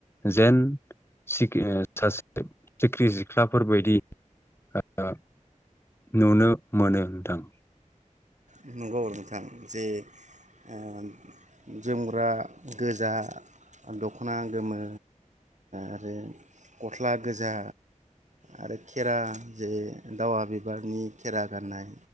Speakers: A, on the left; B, on the right.
A: जेन सासे सिख्रि सिख्लाफोर बायदि ओ नुनो मोनो। नोंथां।
B: नंगौ नोंथां जे ओ जोमग्रा गोजा दख'ना गोमो आरो गस्ला गोजा आरो खेरा जे दावा बिबारनि खेरा गाननाय